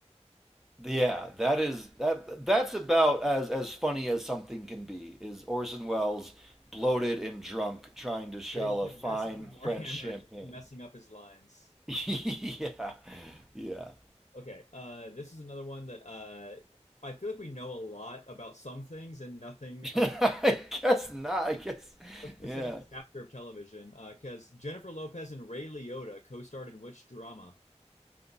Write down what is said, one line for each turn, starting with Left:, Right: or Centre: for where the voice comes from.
Centre: Yeah, that is that that's about as as funny as something can be, is Orson Welles bloated and drunk trying to shell
Left: Getting progressively
Centre: a fine
Left: more
Centre: French
Left: <laughs> hammered,
Centre: champagne.
Left: messing
Centre: <laughs>
Left: up his lines.
Centre: Yeah. Yeah.
Left: Okay. Uh, this is another one that uh, I feel like we know a lot about some things and nothing
Centre: <laughs>
Left: about
Centre: I guess not. I guess
Left: a specific
Centre: yeah.
Left: chapter of television. Because Jennifer Lopez and Ray Liotta co-starred in which drama?